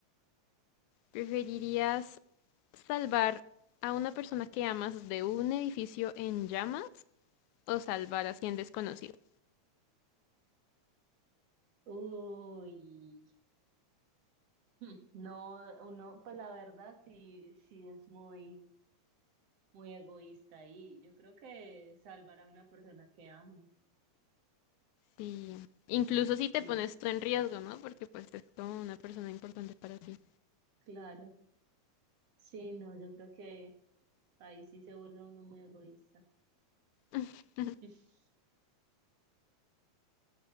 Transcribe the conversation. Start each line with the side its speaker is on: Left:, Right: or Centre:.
Left: ¿Preferirías salvar a una persona que amas de un edificio en llamas o salvar a 100 desconocidos?
Right: Uy, <laughs> no, uno, pues la verdad sí, sí es muy, muy egoísta y yo creo que salvar a una persona que amo,
Left: Sí. Incluso si te
Right: sí,
Left: pones tú en riesgo, ¿no? Porque pues es como una persona importante para ti.
Right: claro, sí, no, yo creo que Ahí sí se vuelve uno muy egoísta.
Left: <laughs>
Right: <laughs>